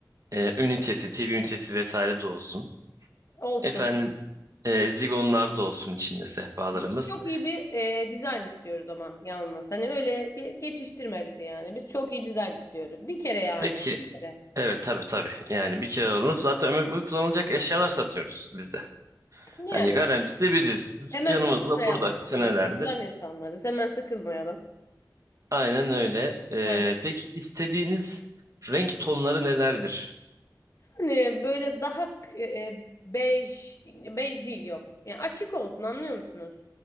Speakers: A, on the right; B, on the left.
A: e, ünitesi, TV ünitesi vesaire de olsun.
B: Olsun.
A: Efendim e, zigonlar da olsun içinde sehpalarımız.
B: Biz çok iyi bir e, dizayn istiyoruz ama yalnız. Hani öyle ge- geçiştirme bizi yani. Biz çok iyi dizayn istiyoruz. Bir kere yani.
A: Peki
B: Bir kere.
A: evet tabii tabii yani bir kere alınıp zaten ömür boyu kullanılacak eşyalar satıyoruz bizde.
B: Yani.
A: Hani garantisi biziz. Dükkanımız
B: Hemen sıkılmayalım
A: da burada
B: annem.
A: senelerdir.
B: Biz Sıkılan insanlarız. Hemen sıkılmayalım.
A: Aynen öyle. E,
B: He.
A: peki istediğiniz renk tonları nelerdir?
B: Yani böyle daha k- e, e, bej, bej değil yok. Yani açık olsun anlıyor musunuz?